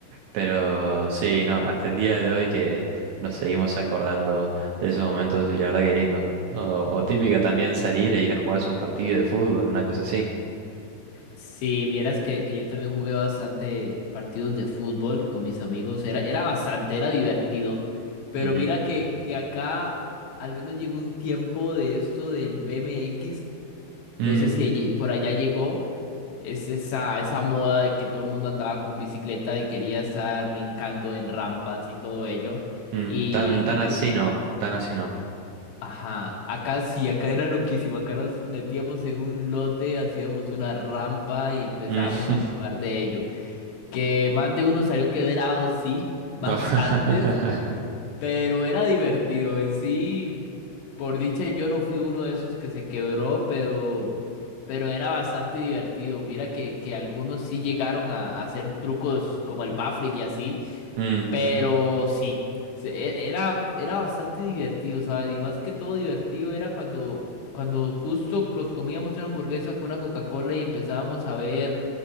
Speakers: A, on the right (about 80°); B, on the left (about 80°).
A: Pero sí, no, hasta el día de hoy que nos seguimos acordando de esos momentos y la verdad que lindo. O, o típica también salir e ir a jugarse un partido de fútbol, una cosa así.
B: Si vieras que, que yo también jugué bastante partidos de fútbol con mis amigos, era, era bastante, era divertido, pero
A: Ujú.
B: mira que, que acá al menos llegó un tiempo de esto del B M X.
A: Mm,
B: no sé si allí- por allá llegó, es esa, esa moda de que todo el mundo andaba con bicicleta y quería estar brincando en rampas y todo ello,
A: mm,
B: y,
A: tan,
B: y
A: tan
B: mi-
A: así no, tan así no.
B: ajá, acá sí, acá era loquísimo, acá nos metíamos en un lote, hacíamos una rampa y empezábamos
A: Mm.
B: a jugar de ello que más de uno salió quebrado, sí, bastantes,
A: <laughs>
B: pero era divertido en sí. Por dicha, yo no fui uno de esos que se quebró, pero, pero era bastante divertido. Mira que, que algunos sí llegaron a, a hacer trucos como el backflip y así.
A: Mm,
B: Pero sí, se- e- era, era bastante divertido, ¿sabes? Y más que todo divertido era cuando, cuando justo los comíamos una hamburguesa con una Coca-Cola y empezábamos a ver